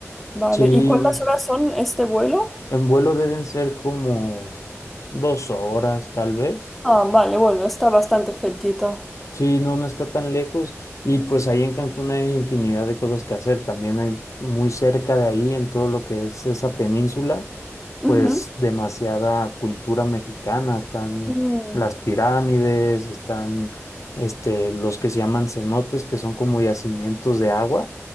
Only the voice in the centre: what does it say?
vale.
¿Y cuántas horas son este vuelo?
Ah, vale, bueno, está bastante cerquita.
Ujú.
Mm.